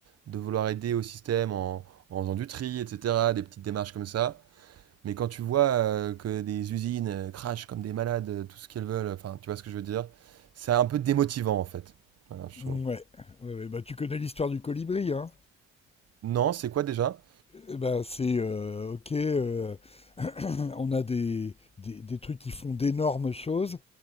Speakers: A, on the right; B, on the left.
A: de vouloir aider au système en, en faisant du tri, etc., des petites démarches comme ça. Mais quand tu vois euh, que des usines euh, crachent comme des malades euh, tout ce qu'elles veulent, enfin, tu vois ce que je veux dire, c'est un peu démotivant en fait. Voilà, je trouve.
B: Ouais, ouais, ouais, bah tu connais l'histoire du colibri, hein?
A: Non, c'est quoi déjà?
B: Eh ben, c'est euh, OK, euh, <clears throat> on a des, des, des trucs qui font d'énormes choses,